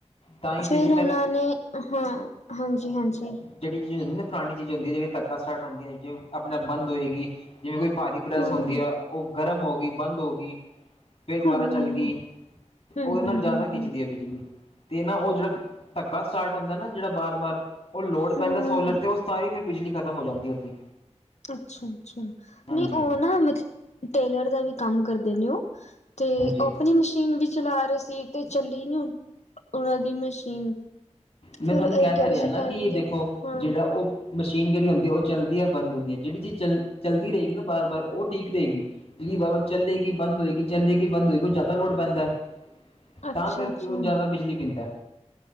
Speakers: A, on the left; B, on the left.
A: ਤਾਂ ਹੀ ਤੇ
B: ਫਿਰ
A: ਜੀ
B: ਉਹਨਾਂ
A: ਮੈਂ
B: ਨੇ ਹਾਂ ਹਾਂਜੀ ਹਾਂਜੀ
A: ਜਿੜੀ ਚੀਜ਼ ਹੁੰਦੀ ਨਾ ਪੁਰਾਣੀ ਚੀਜ਼ ਹੁੰਦੀ ਜਿਹੜ ਤੱਕਾ ਸਟੈਟ ਹੁੰਦੀ ਜਿਵੇ ਆਪਣਾ ਬੰ ਹੋਏਗੀ ਜਿਵੇਂ ਕੋਈ ਪਾਰੀ ਪ੍ਰੈਸ
B: ਹੂੰ
A: ਹੁੰਦੀ ਆ ਉਹ ਗਰਮ ਹੋ ਗਈ ਬੰਦ ਹੋ ਗਈ। ਫਿਰ ਦੁਬਾਰਾ
B: ਹੂੰ
A: ਚੱਲ ਗਈ
B: ਹੂੰ-ਹੂੰ-ਹੂੰ-ਹੂੰ
A: ਉਹਦੇ ਨਾਲ ਜ਼ਿਆਦਾ ਖਿੱਚਦੀ ਹੈ ਬਿਜਲੀ ਤੇ ਨਾ ਉਹ ਜਿਹੜਾ ਧੱਕਾ ਸਟਾਰਟ ਹੁੰਦਾ ਨਾ ਜਿਹੜਾ ਬਾਰ ਬਾਰ ਉਹ ਲੋੜ ਪੈਂਦਾ
B: ਹੂੰ
A: ਸੋਲਰ ਤੇ ਉਹ ਸਾਰੀ ਫਿਰ ਬਿਜਲੀ ਖਤਮ। ਖ਼ਮ ਹੋ ਜਾਂਦੀ ਉਹਦੀ।
B: ਅੱਛਾ ਅੱਛਾ
A: ਹਾਂਜੀ
B: ਨਹੀਂ ਉਹ ਨਾ ਮਤਲ ਟੇਲਰ ਦਾ ਵੀ ਕੰਮ ਕਰਦੇ ਨੇ ਉਹ ਤੇ
A: ਹਾਂਜੀ
B: ਆਪ ਆਪਣੀ ਮਸ਼ੀਨ ਵੀ ਚਲਾ ਰਹੇ ਸੀ ਤੇ ਚੱਲੀ ਨੀ ਹੁ ਉਹਨਾਂ ਦੀ ਮਸ਼ੀਨ
A: ਮੈਂ
B: ਫਿਰ
A: ਤੁਹਾਨੂੰ ਕਹਿ
B: ਇਹ
A: ਤਾਂ
B: ਰਹੇ
A: ਰਿਹਾ
B: ਸੀ
A: ਨਾ
B: ਕਹਿੰਦੇ
A: ਕਿ ਦੇਖੋ
B: ਹਾਂ
A: ਜਿਹੜਾ ਉਹ ਮਸ਼ੀਨ ਜਹੀ ਹੁੰਦੀ ਹੈ ਉਹ ਚਲਦੀ ਹੈ ਬੰਦ ਹੁੰਦੀ ਹੈ ਜਿਹੜੀ ਚੀਜ਼ ਚੱਲ ਚਲਦੀ ਰਹੇਗੀ ਨਾ ਬਾਰ-ਬਾਰ ਉਹ ਠੀਕ ਰਹੇਗੀ। ਜਿਹੜੀ ਵਾਹ ਚੱਲੇਗੀ ਬਦ ਹੋਏਗੀ ਚੱਲੇਗੀ ਬਦ ਹੋਏਗੀ ਉਹ ਜ਼ਿਆਦਾ ਲੋੜ ਪੈਂਦਾ
B: ਅੱਛਾ-ਅੱਛਾ,
A: ਤਾਂ ਕਰਕੇ ਉਹ ਜ਼ਿਆਦਾ ਬਿਜਲੀ ਪੀਂਦਾ।